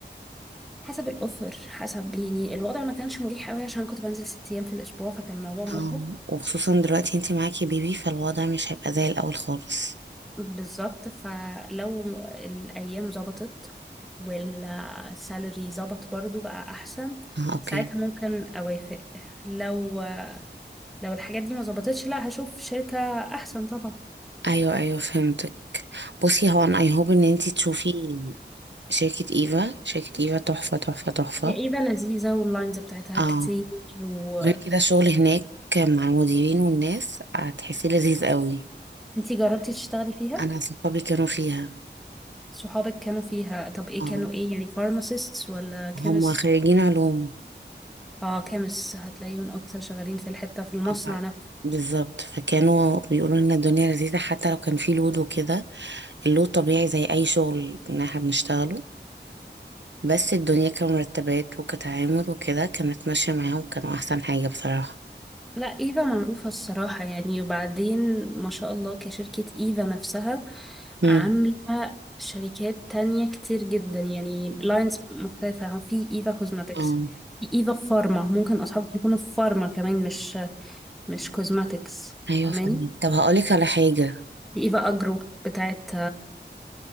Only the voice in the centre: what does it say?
حسب الاوفر حسب يعني الوضع ما كانش مريح قوي عشان كنت بنزل ست ايام في الاسبوع فكان الموضوع مرهق
بالظبط فلو الايام ظبطت والسالري ظبط برضو بقى احسن
ساعتها ممكن اوافق لو لو الحاجات دي ما ظبطتش لا هشوف شركة احسن طبعا
هي ايفا لذيذة واللاينز بتاعتها
كتير وانتي
جربتي تشتغلي فيها
صحابك كانوا فيها طب ايه
كانوا ايه يعني فارماسيستس ولا كيمست
اه كيمست هتلاقيهم اكتر شغالين في الحتة في المصنع
نفسه
لا ايفا معروفة الصراحة يعني وبعدين ما شاء الله كشركة ايفا نفسها
عاملة شركات تانية كتير جدا يعني لاينز مختلفة في ايفا كوزماتكس
في ايفا فارما ممكن اصحابك يكونوا في فارما كمان مش مش كوزماتكس
فاهماني
في ايفا اجرو بتاعت